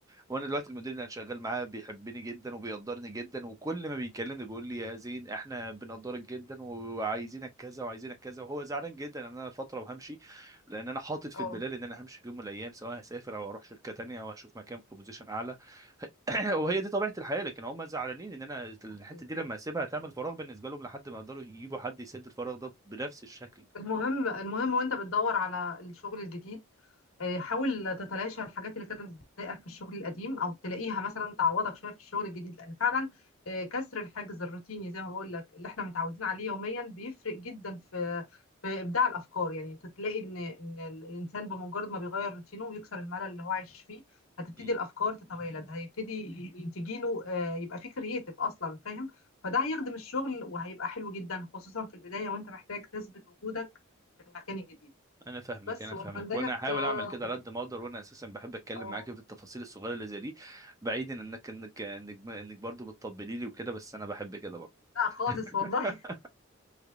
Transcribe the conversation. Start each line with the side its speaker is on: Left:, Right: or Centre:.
Right: وانا دلوقتي المدير اللي انا شغال معاه بيحبني جدا وبيقدرني جدا وكل ما بيكلمني بيقول لي يا زين احنا بنقدرك جدا وعايزينك كذا وعايزينك كذا وهو زعلان جدا ان انا فتره وهمشي لان انا حاطط في
Left: اه
Right: البلال ان انا همشي في يوم من الايام سواء هسافر او اروح شركه تانية او اشوف مكان في بوزيشن اعلى <clears throat> وهي دي طبيعه الحياه لكن هم زعلانين ان انا الحته
Left: أكيد
Right: دي لما اسيبها تعمل فراغ بالنسبه لهم لحد ما يقدروا يجيبوا حد يسد الفراغ ده بنفس الشكل
Left: المهم المهم وانت بتدور على الشغل الجديد آه، حاول تتلاشى الحاجات اللي كانت بتضايقك في الشغل القديم او تلاقيها مثلا تعوضك شويه في الشغل الجديد لان فعلا آه، كسر الحاجز الروتيني زي ما بقول لك اللي احنا متعودين عليه يوميا بيفرق جدا في في ابداع الافكار يعني انت تلاقي ان ان الانسان بمجرد ما بيغير روتينه ويكسر الملل اللي هو عايش فيه هتبتدي
Right: مم.
Left: الافكار تتوالد هيبتدي ي- تجيله آه، يبقى فيه كرييتيف اصلا فاهم فده هيخدم الشغل وهيبقى حلو جدا خصوصا في البداية وانت محتاج تثبت وجودك في المكان الجديد
Right: انا فاهمك
Left: بس
Right: انا
Left: واتمنى
Right: فاهمك وانا
Left: لك
Right: هحاول
Left: آه،
Right: اعمل كده
Left: يعني
Right: على قد ما اقدر وانا اساسا بحب اتكلم
Left: اه
Right: معاك في التفاصيل الصغيره اللي زي دي بعيدا انك انك انك, إنك برضو بتطبلي لي وكده بس انا بحب كده برضو
Left: لا خالص
Right: <laughs>
Left: والله